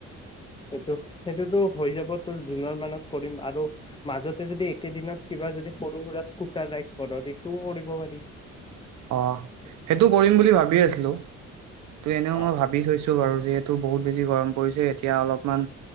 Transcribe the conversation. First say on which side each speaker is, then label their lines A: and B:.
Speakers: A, on the left; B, on the right.
A: সেইটো সেইটোতো হৈ যাব তোৰ জুনৰ মানত কৰিম আৰু মাজতে যদি একেদিনত কিবা যদি সৰু সুৰা স্কুটাৰ ৰাইড কৰ সেইটোও কৰিব পাৰি
B: অ সেইটো কৰিম বুলি ভাবি আছিলো ত এনেও
A: অ
B: মই ভাবি থৈছো বাৰু যিহেতু বহুত বেছি গৰম পৰিছে এতিয়া অলপমান